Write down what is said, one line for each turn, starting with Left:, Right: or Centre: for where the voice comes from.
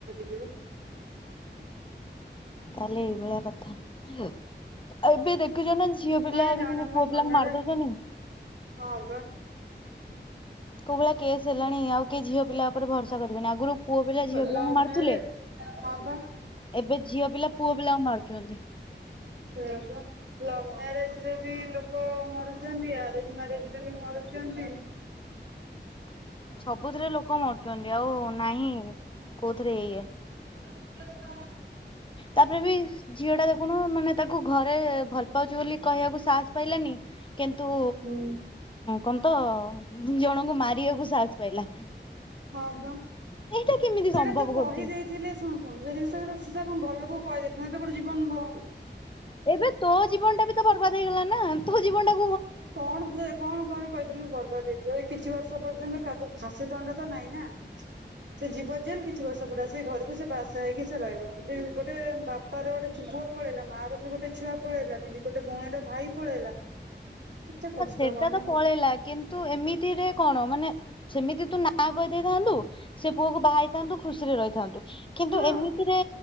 Right: ଦେବେ
Left: ତାହେଲେ ଏଇଭଳିଆ କଥା ଏବେ ଦେଖ ଜ ନା ଝିଅ ପିଲା
Right: ମୁଁ ଆଜି ଜଣଙ୍କ
Left: କେମିତି ପୁଅ
Right: ମନରେ
Left: ପିଲାଙ୍କୁ ମାରିଦଉଛନି
Right: ହଁ ବା
Left: କୋଉ ଭଳିଆ କେସ୍ ହେଲାଣି ଆଉ କି ଝିଅ ପିଲା ଉପରେ ଭରସା କରିବେନି ଆଗରୁ ପୁଅ ପିଲା ଝିଅ ପିଲାଙ୍କୁ
Right: ଲଭ୍
Left: ମାରୁଥିଲେ,
Right: ମ୍ୟାରେଜ ହଁ ବା।
Left: ଏବେ ଝିଅ ପିଲା ପୁଅ ପିଲାଙ୍କୁ ମାରୁଛନ୍ତି।
Right: ସେ ଲଭ ମ୍ୟାରେଜ ରେ ବି ଲୋକ ମରୁଛନ୍ତି, ଆରେଞ୍ଜ ମ୍ୟାରେଜ ରେ ବି ମରୁଛ ଛନ୍ତି।
Left: <inaudible> ସବୁଥିରେ ଲୋକ ମରୁଛନ୍ତି, ଆଉ ନାହିଁ କୋଉଥିରେ ଇଏ
Right: <inaudible>
Left: ତାପରେ ବି ଝିଅ ଟା ଦେଖୁନ ମାନେ ତା କୁ ଘରେ ଭଲ ପାଉଛି, ବୋଲି କହିବାକୁ ସାହସ ପାଇଲାନି କିନ୍ତୁ
Right: ହୁଁ।
Left: କଣ ତ ଜଣଙ୍କୁ ମାରିବାକୁ ସାହସ ପାଇଲା।
Right: ହଁ ବା
Left: ଏଇଟା କେମିତି
Right: ସେଇଟା
Left: ସମ୍ଭବ
Right: ତ କହିଦେଇଥିଲେ
Left: କରୁଛି।
Right: ଶୁଣୁ ଶୁଣୁ ଜିନିଷ ଏବଂ ଭଲ ଲୋକ କହିଦେଇ ଗୋଟେ ଜୀବନ ମୁଁ
Left: ଏବେ ତୋ ଜୀବନ ଟା ବି ତ ବର୍ବାଦ ହେଇଗଲା ନା ତୋ ଜୀବନଟା
Right: କଣ ଯେ କଣ କଣ କହିଥିଲି ଗର୍ବା କିଛି ବର୍ଷ ପର୍ଯ୍ୟନ୍ତ ଖାତ ଖାସି ଦଣ୍ଡ ତ ନାଇଁ ନା। ସେ ଯିବ ଜେଲ କି କିଛି ବର୍ଷ ପୁରା ସେ ଘରକୁ ସେ ବାସ ହେଇକି ସେ ରହିବ ଗୋଟେ ବାପାର ଗୋଟେ ଛୁଆ ପୁଅ ପଳେଇଲା ମା ର ବି ଗୋଟ ଛୁଆ ପଳେଇଲାନି ଗୋଟ ଭଣୀର ଭାଇ ପଳେଇଲା। ଏତେ କଷ୍ଟ
Left: ସେଟା
Right: ହବନି
Left: ତ ପଳେଇଲା କିନ୍ତୁ ଏମିତିରେ କଣ ମାନେ ସେମିତି ତୁ ନାଁ କହିଦେଇଥାନ୍ତୁ ସେ ପୁଅକୁ ବାହାହେଇଥାନ୍ତୁ ଖୁସିରେ ରହିଥାନ୍ତୁ। କିନ୍ତୁ
Right: ହଁ
Left: ଏମିତିରେ